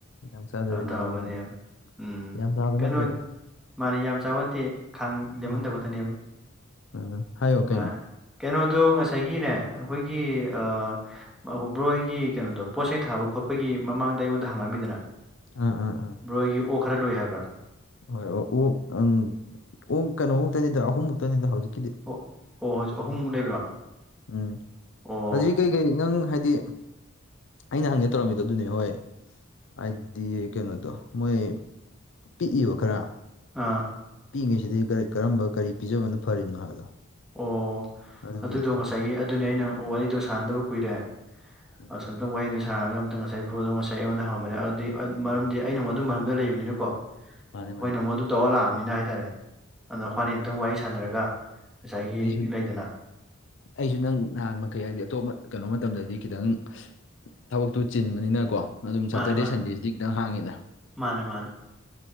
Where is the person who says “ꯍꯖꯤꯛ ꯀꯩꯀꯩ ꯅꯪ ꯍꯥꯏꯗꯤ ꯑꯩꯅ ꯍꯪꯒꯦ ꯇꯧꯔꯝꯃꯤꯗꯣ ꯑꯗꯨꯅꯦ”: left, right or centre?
Left